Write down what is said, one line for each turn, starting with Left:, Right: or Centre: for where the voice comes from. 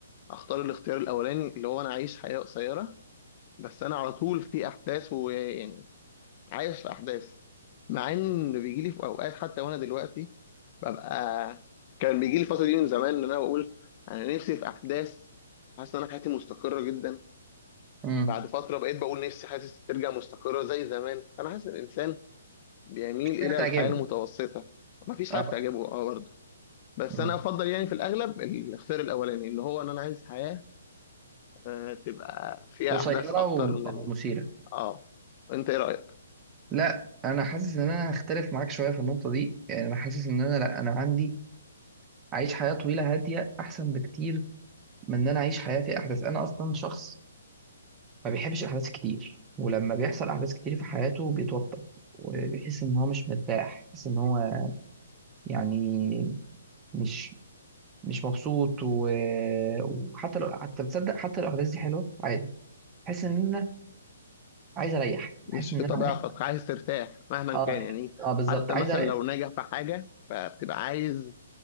Left: اختار الاختيار الاولاني اللي هو انا اعيش حياة قصيرة بس انا على طول في احداث ويعني عايش في احداث مع ان بيجي لي في اوقات حتى وانا دلوقتي ببقى كان بيجي لي الفتره دي من زمان ان انا بقول انا نفسي في احداث حاسس ان انا حياتي مستقره جدا
Right: امم
Left: بعد فتره بقيت بقول نفسي حاسس ترجع مستقره زي زمان فانا حاسس ان الانسان بيميل
Right: مش
Left: الى
Right: حاجه بتعجبه
Left: الحياه المتوسطه مفيش
Right: اه
Left: حاجه بتعجبه اه برضه بس
Right: مم.
Left: انا افضل يعني في الاغلب الاختيار الاولاني اللي هو ان انا عايز حياه آه، تبقى فيها
Right: قصيره
Left: احداث اكتر
Right: و-
Left: من
Right: او مثيره
Left: اه انت ايه رايك
Right: لا انا حاسس ان انا هختلف معاك شويه في النقطه دي يعني انا حاسس ان انا لا انا عندي اعيش حياه طويله هاديه احسن بكتير من ان انا اعيش حياه فيها احداث انا اصلا شخص ما بيحبش احداث كتير ولما بيحصل احداث كتير في حياته بيتوتر وبيحس ان هو مش مرتاح بيحس ان هو يعني مش مش مبسوط و... وحتى لو حتى تصدق حتى لو الاحداث دي حلوه عادي بحس ان انا عايز اريح
Left: مش
Right: بحس ان
Left: في
Right: انا
Left: طبيعتك
Right: عاي...
Left: عايز ترتاح مهما
Right: اه
Left: كان يعني
Right: اه بالظبط
Left: حتى
Right: عايز
Left: مثلا
Right: اريح
Left: لو ناجح في حاجة فبتبقى عايز